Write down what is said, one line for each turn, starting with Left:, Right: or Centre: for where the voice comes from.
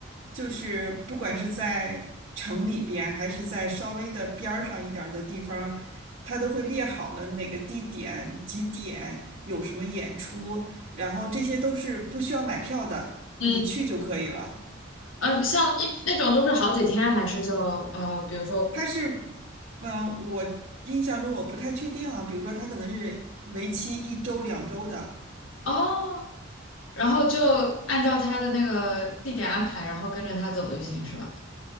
Right: 就是不管是在城里边，还是在稍微的边儿上一点儿的地方，它都会列好了哪个地点、几点有什么演出，然后这些都是不需要买票的，
Left: 嗯，
Right: 你去就可以了。
Left: 呃，像一那种都是好几天，还是就呃，比如说
Right: 它是，嗯，我印象中我不太确定啊，比如说它可能是为期一周、两周的。
Left: 哦，然后就按照他的那个地点安排，然后跟着他走就行，是吧？